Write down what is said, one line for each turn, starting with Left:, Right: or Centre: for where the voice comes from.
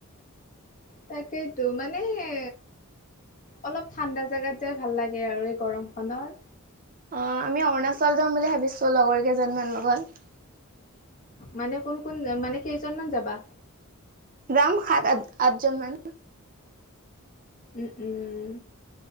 Left: তাকেইতো মানে হে অলপ ঠাণ্ডা জাগাত যাই ভাল লাগে আৰু এই গৰমখনত।
Right: অ, আমি অৰুণাচল যাম বুলি ভাবিছো লগৰ কেইজনীমান লগত।
Left: মানে কোন-কোন মানে কেইজনমান যাবা?
Right: যাম সাত, আঠ আঠজন মান।
Left: উম উম।